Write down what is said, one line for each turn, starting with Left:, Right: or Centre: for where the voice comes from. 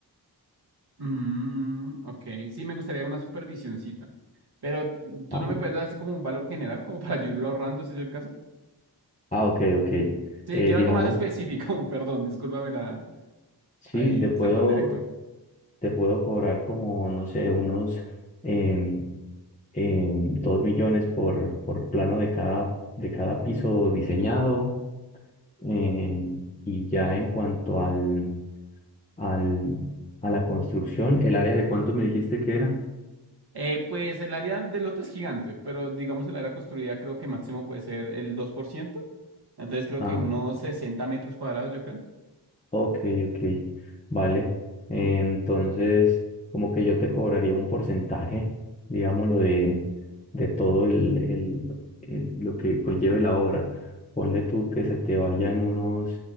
Right: Mm, ok, sí me gustaría una supervisioncita, pero tú
Left: Ajá.
Right: no me puedes dar así como un valor general, como para yo irlo ahorrando, si es el caso.
Left: Ah, ok, ok.
Right: Sí,
Left: Eh,
Right: quiero
Left: digamos,
Right: algo más específico, <laughs> perdón, discúlpame la,
Left: sí,
Right: ahí,
Left: te puedo,
Right: ser tan directo.
Left: te puedo cobrar como, no sé, unos em, em, dos millones por, por plano de cada, de cada piso diseñado. em, y ya en cuanto al, al, a la construcción. ¿El área de cuánto me dijiste que era?
Right: Eh, pues el área del lote es gigante, pero digamos el área construida creo que máximo puede ser el 2%. entonces creo
Left: Ah,
Right: que unos 60 metros cuadrados, yo creo.
Left: ok, ok, vale. Entonces, como que yo te cobraría un porcentaje, digámoslo, de, de todo el, el, eh, lo que conlleve la obra. Ponle tú que se te vayan unos